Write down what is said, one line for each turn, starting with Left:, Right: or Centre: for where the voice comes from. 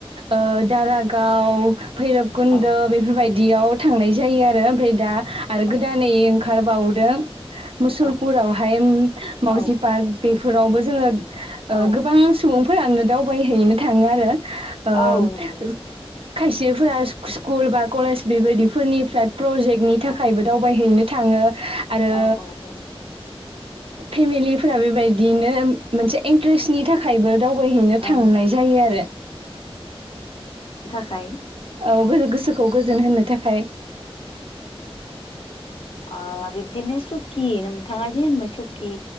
Right: ओ दारागाव भैरबखुन्द'
Left: औ
Right: बेफोरबायदि बिदियाव थांनाय जायो आरो ओमफ्राय दा आरो
Left: औ
Right: गोदानै ओंखारबावदों मुसलपुरावहाय
Left: औ
Right: ओम मावजि
Left: औ
Right: पार्क बे फोरावबो जोङो ओ
Left: औ
Right: गोबां सुबुं फोरानो दावबायहैैनो थाङो आरो ओ
Left: औ नंगौ
Right: खायसेफोरा सु-स्कुल बा कलेज बेबायदिफोरनिफ्राय प्रजेक्टनि थाखायबो
Left: औ
Right: दावबायहैनो थाङो आरो
Left: औ औ औ
Right: फेमिलिफोरा बेबायदिनो मोनसे इन्ट्रेस्टनि थाखायबो दावबायहैनो
Left: औ
Right: थांनाय जायो आरो
Left: खाय
Right: औ गो-गोसोखौ गोजोन होनो थाखाय-
Left: अ बिब्दिनो सुकि नोंथाङा दि होनबाय सुकि